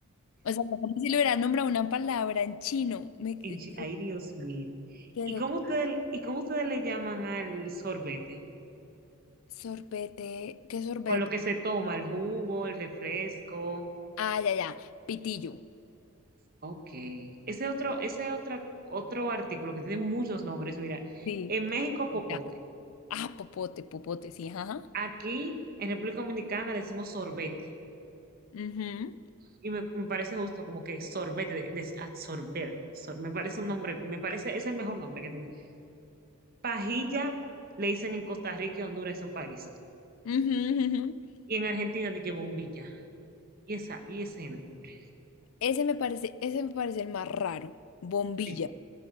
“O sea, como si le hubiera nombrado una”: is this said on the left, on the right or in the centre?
Left